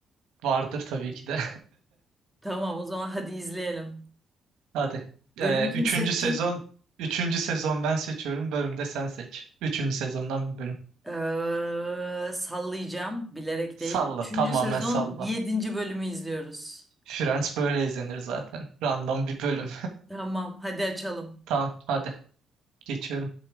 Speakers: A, on the right; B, in the centre.
A: Vardır tabii ki de.
B: Tamam o zaman hadi izleyelim.
A: <laughs> Hadi.
B: Bölümü
A: Ee,
B: kim
A: üçüncü
B: seçecek?
A: sezon üçüncü sezon ben seçiyorum. Bölümde sen seç. Üçüncü sezondan bir bölüm.
B: Ee, sallayacağım bilerek değil.
A: Salla.
B: Üçüncü
A: Tamamen
B: sezon
A: salla.
B: yedinci bölümü izliyoruz.
A: Friends böyle izlenir zaten. Random bir bölüm.
B: Tamam hadi açalım.
A: Tamam hadi. Geçiyorum.